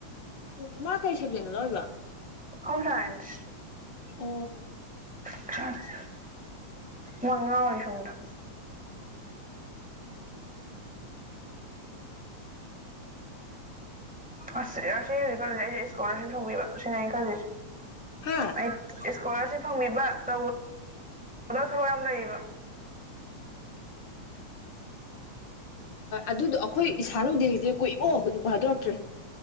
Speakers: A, on the left; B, in the centre.
A: ꯑꯣ ꯃꯥ ꯀꯩ ꯁꯕꯖꯅ ꯂꯣꯏꯕ
B: ꯍꯣꯝ ꯁꯥꯏꯟꯁ
A: ꯑꯣ
B: <unintelligible>
A: <inaudible>
B: ꯃ ꯉꯑꯣꯏ ꯁꫭꯝꯗ ꯑꯁ ꯑꯁꯤ ꯍꯧꯖꯤꯛ ꯈꯂ ꯑꯩꯁꯦ ꯏꯁꯀꯣꯂꯥꯔꯁꯤꯞ ꯍꯪꯕꯤꯕ ꯁꯤꯅ ꯑꯩꯅ ꯈꯜꯂꯤꯖꯦ
A: ꯍꯥ
B: ꯑꯩ ꯏꯁꯀꯣꯂꯥꯔꯁꯤꯞ ꯐꯪꯕꯤꯕ ꯇꯧꯗꯕ ꯊꯕꯛ ꯌꯥꯝ ꯂꯩꯌꯦꯕ
A: ꯑꯗꯨꯗꯣ ꯑꯩꯈꯣꯏ ꯊꯥꯔꯨꯗꯦꯔꯤꯁꯦ ꯀꯣꯛꯏꯕꯣ ꯍꯧꯖꯤꯛ ꯐꯥꯗꯣꯔꯛꯇ꯭ꯔꯦ